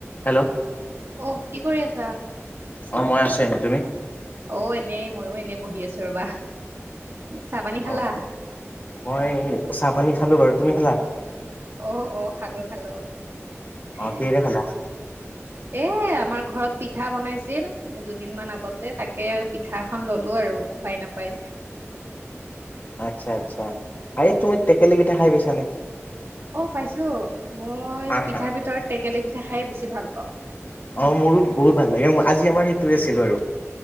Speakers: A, on the left; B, on the right.
A: Hello.
B: অহ, কি কৰি আছা?
A: অ' মই আছোঁ এনে তুমি?
B: অ' এনেই মইও এনে বহি আছো ৰবা। চাহ পানী
A: হয়
B: খালা?
A: মই চাহপানী খালোঁ বাৰু, তুমি খালা?
B: অ', অ', খালোঁ, খালোঁ
A: অ
B: এ
A: কিহেৰে খালা
B: এ আমাৰ ঘৰত পিঠা বনাইছিল দুদিনমান আগতে তাকে পিঠা এখন ললো আৰু। উপায় নাপাই।
A: আচ্ছা আচ্ছা। <unintelligible> তুমি টেকেলি পিঠা খাই পাইছানে?
B: অ' পাইছো, মই
A: আহ
B: পিঠাৰ ভিতৰত টেকেলি পিঠা খায়ে বেছি ভাল পাওঁ।
A: অ' মোৰো বহুত ভাল লাগে আজি আমাৰ সেইটোৱে আছিল বাৰু।